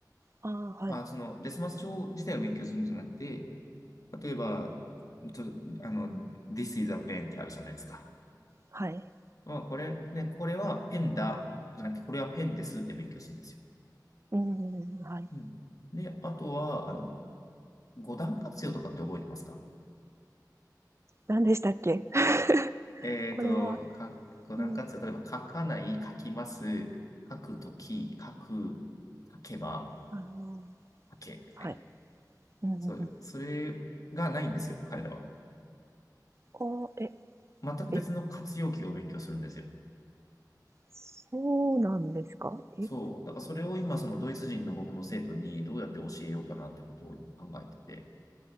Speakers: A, on the right; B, on the left.
A: ああ、はい。
B: あ、その、デスマス帳自体を勉強するんじゃなくて、例えば、と、あの、This is a pen ってあるじゃないですか。
A: はい。
B: まあ、これ、ね、これはペンだ、じゃなくて、これはペンですって勉強するんですよ。
A: うん、うん、はい。
B: うん。で、あとは、あの、五段活用とかって覚えてますか
A: 何でしたっけ <laughs>
B: えっと、
A: これは、
B: か、五段活用、
A: うん、
B: 例えば書かない、書きます、書くとき、書く、書けば、
A: あの、
B: 書け、みたいな。
A: はい。うん、うん、
B: そういう、
A: うん。
B: それがないんですよ、彼らは。
A: ああ、え、
B: 全く別の活用形を勉強するんですよ。
A: え、そうなんですかえ、
B: そう。だからそれを今、そのドイツ人の僕の生徒にどうやって教えようかなってことを考えてて。